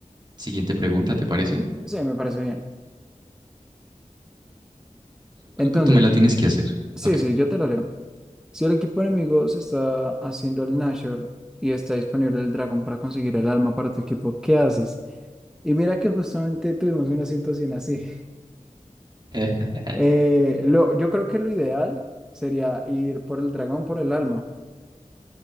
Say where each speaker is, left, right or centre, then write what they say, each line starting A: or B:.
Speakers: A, on the right; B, in the centre.
A: siguiente pregunta, ¿te parece?
B: Sí, me parece bien.
A: Claro,
B: Entonces,
A: Creo que tú me la tienes que hacer.
B: sí,
A: Ok.
B: sí, yo te lo leo. Si el equipo enemigo se está haciendo el Nashor y está disponible el dragón para conseguir el alma para tu equipo, ¿qué haces? Y mira que justamente tuvimos una situación así.
A: <laughs>
B: Eh, lo, yo creo que lo ideal sería ir por el dragón, por el alma,